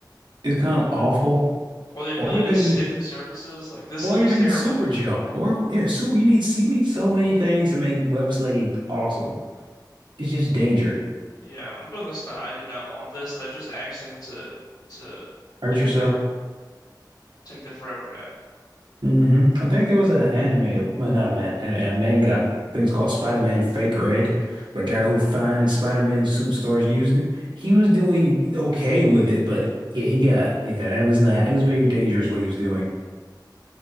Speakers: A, on the right (about 85°); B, on the left (about 60°).
A: it's kind of awful.
B: Or the ability
A: Or even,
B: to stick to surfaces, like this
A: or
B: seems
A: even
B: terrible.
A: super jump, or yeah, super. You need you need so many things to make web slinging awesome. It's just danger.
B: Yeah, I'm putting this in the I do not want this. That just asking to to
A: Hurt
B: eat
A: yourself.
B: dirt. Take the forever nap.
A: hmm I think there was an anime, a, well, not a man, a, a manga. I think it's called Spider-Man Fake Red. But guy who finds Spider-Man suit starts using it. He was doing okay with it, but yeah, he got yeah. That was not. It was very dangerous what he was doing.